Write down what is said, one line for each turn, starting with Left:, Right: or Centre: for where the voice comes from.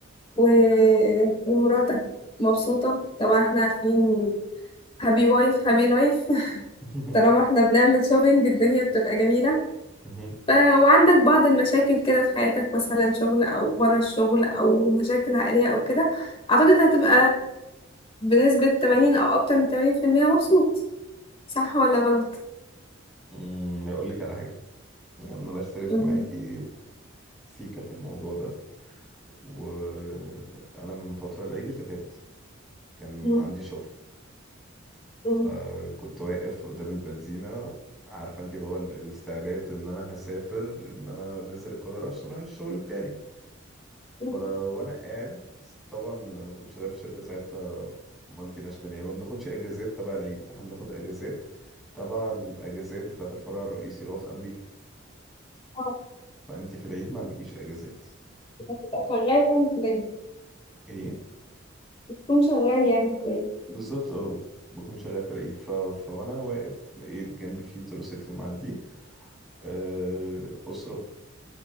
Left: و- ومراتك مبسوطة طبعا احنا عارفين هابي وايف هابي لايف <laughs>
Centre: <laughs>
Left: طالما احنا بنعمل شوبينج الدنيا بتبقى جميلة
Centre: مهم.
Left: آه، وعندك بعض المشاكل كده في حياتك مثلا شغل او بره الشغل او مشاكل عائلية او كده اعتقد هتبقى بنسبة 80 او اكتر من 80% مبسوط صح ولا غلط؟
Centre: مم، هقولك على حاجة يعني أنا أختلف
Left: مم.
Centre: معاكي سيكا في الموضوع ده وأنا من فترة العيد اللي فات كان
Left: مم.
Centre: عندي شغل فكنت
Left: مم.
Centre: واقف قدام البنزينة عارفة انت اللي هو ال- الاستعداد ان انا هسافر ان انا نازل القاهرة عشان اروح الشغل بتاعي ف
Left: مم.
Centre: وانا قاعد طبعا انا كنت شغال في شركة ساعتها مالتي ناشونال يعني ما بناخدش اجازات تبع العيد احنا بناخد اجازات تبع الاجازات بتاعة الفرع الرئيسي اللي هو في امريكا
Left: آه،
Centre: فانت في العيد ما عندكيش اجازات
Left: تبقى شغال يعني كويس
Centre: ايه
Left: تكون شغال يعني كويس
Centre: بالظبط اه بكون شغال في العيد ف... فوانا واقف لقيت جنبي في تروسيكل معدي آه، أسرة